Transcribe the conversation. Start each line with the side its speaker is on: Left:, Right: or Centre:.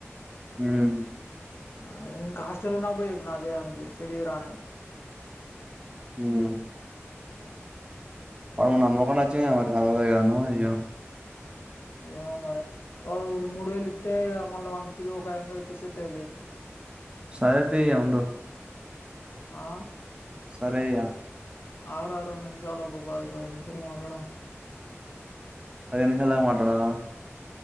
Right: ఉమ్
Left: అదే ఇంకా హాస్టల్ల ఉన్నప్పుడే చెప్పిన అజయ్ గానికి సెట్ చేయిర అని.
Right: ఉమ్
Left: అదే
Right: ఆమున్న మోకాన అచ్చిన కలవలేదా నువ్వు అయ్యో
Left: ఏమో మరి వాడు మూడు వేలు ఇత్తే ఇగ మళ్ళ వానకి తిరిగి ఒక ఐదు వందలిస్తే సెట్ ఐతయ్.
Right: సరేతీ ఇగ ఉండు.
Left: ఆ
Right: సరే ఇయ
Left: ఆరు ఆరు నిమిషాలు, ఒక పది పది నిమిషాలు మాట్లాడదాం.
Right: పదిహేను నిమిషాల దాకా మాట్లాడదమ